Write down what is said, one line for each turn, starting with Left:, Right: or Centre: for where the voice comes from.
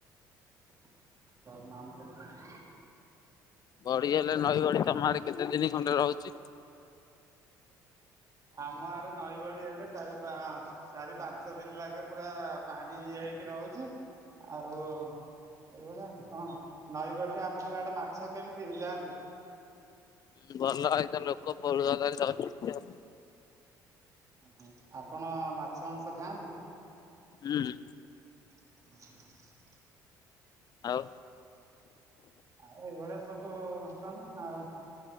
Right: <unintelligible>
Left: ବଢ଼ି ହେଲେ ନଈ ବଢ଼ି ତମ ଆଡେ କେତେ ଦିନି ଖଣ୍ଡେ ରହୁଛି?
Right: ଆମ ଆଡେ ନଈ ବଢ଼ି ହେଲେ ଚାରି ପା ଚାରି ପାଞ୍ଚ ଦିନ ଲାଗେ ପୁରା ପାଣି ଇଏ ହେଇକି ରହୁଛି। ଆଉ ଏଇଭଳିଆ କଣ ନଈବଡିରେ ଆପଣଙ୍କ ଆଡେ ମାଛ କେମିତି ଯାଆନ୍ତି?
Left: ହୁଁ ଭଲ ଏଇ ତ ଲୋକ <unintelligible>
Right: ହଁ ଆପଣ ମାଛ ମାଂସ ଖାଆନ୍ତି?
Left: ହୁଁ।
Right: <inaudible>
Left: ଆଉ।
Right: ଆଉ ଏଇଭଳିଆ ସବୁ ଘଟଣା ଆଉ